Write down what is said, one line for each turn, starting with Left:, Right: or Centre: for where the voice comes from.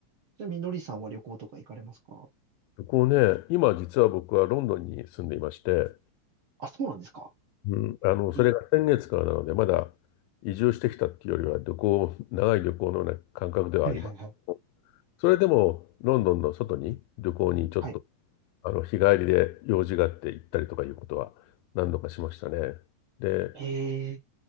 Right: ちなみに、のりさんは旅行とか行かれますか
Left: こうね、今実は僕はロンドンに住んでいまして、
Right: あ、そうなんですか。
Left: うん、あの、それが先月からなので、
Right: え
Left: まだ移住してきたっていうよりは、旅行、長い旅行のような感覚ではあります。
Right: はいはいはい。
Left: それでも、ロンドンの外に旅行にちょっと、
Right: はい。
Left: あの、日帰りで用事があって行ったりとかいうことは何度かしましたね。で、
Right: えー、